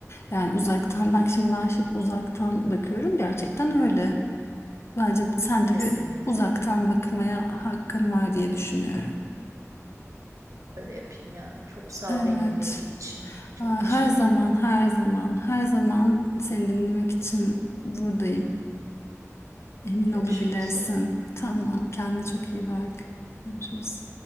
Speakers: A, on the left; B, on the right.
A: Yani uzaktan bak şimdi ben şi- uzaktan bakıyorum gerçekten öyle. Bence sen
B: Kesinlikle.
A: de bir uzaktan bakmaya hakkın var diye düşünüyorum.
B: Öyle yapayım ya. Çok sağ
A: Evet.
B: ol beni dinlediğin için. Çok
A: Aa,
B: teşekkür
A: Her zaman,
B: ederim.
A: her zaman, her zaman seni dinlemek için buradayım. Emin olabilirsin.
B: Görüşmek üzere.
A: Tamam, kendine çok iyi bak. Görüşürüz.